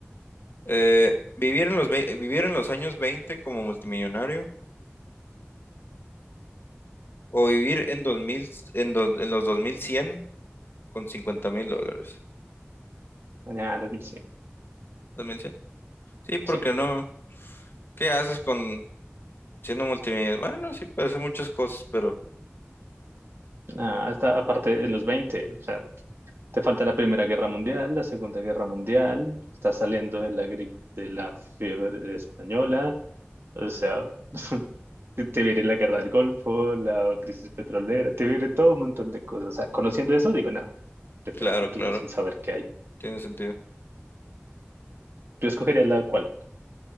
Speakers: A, on the left; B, on the right.
A: Eh, ¿vivir en los, ve- vivir en los años veinte como multimillonario o vivir en 2000 en, dos- en los 2100 con cincuenta mil dólares?
B: Ah, dos mil cien
A: dos mil cien Sí, porque
B: Sí.
A: no. ¿Qué haces con siendo multimillonario? Bueno, sí, puedes hacer muchas cosas, pero
B: Ah, hasta aparte en los veinte O sea, te falta la Primera Guerra Mundial, la Segunda Guerra Mundial. Estás saliendo de la gripe, de la fiebre española. O sea, <laughs> te, te viene la Guerra del Golfo, la crisis petrolera, te viene todo un montón de cosas. O sea, conociendo eso, digo, no, prefiero
A: claro,
B: a futuro
A: claro,
B: sin saber qué hay.
A: tiene sentido.
B: ¿Tú escogerías la cual?